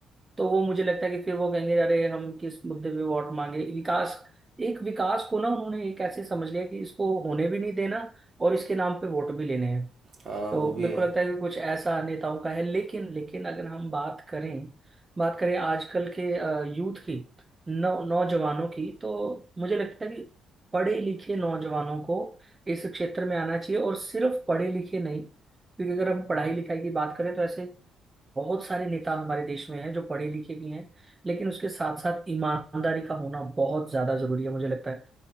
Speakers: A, on the right; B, on the right.
A: तो वो मुझे लगता है कि फिर वो कहेंगे अरे हम किस मुद्दे पे वोट मांगे विकास एक विकास को ना उन्होंने एक ऐसे समझ लिया कि इसको होने भी नहीं देना और इसके नाम पे वोट भी लेने हैं
B: हाँ
A: तो
B: वो भी
A: मेरे
B: है
A: को लगता है कि कुछ ऐसा नेताओं का है लेकिन लेकिन अगर हम बात करें बात करें आजकल के यूथ की नौ नौजवानों की तो मुझे लगता है कि पढ़े लिखे नौजवानों को इस क्षेत्र में आना चाहिए और सिर्फ पढ़े लिखे नहीं क्योंकि अगर हम पढ़ाई लिखाई की बात करें तो ऐसे बहुत सारे नेता हमारे देश में हैं जो पढ़े लिखे भी हैं लेकिन उसके साथ साथ ईमानदारी का होना बहुत ज्यादा जरूरी है मुझे लगता है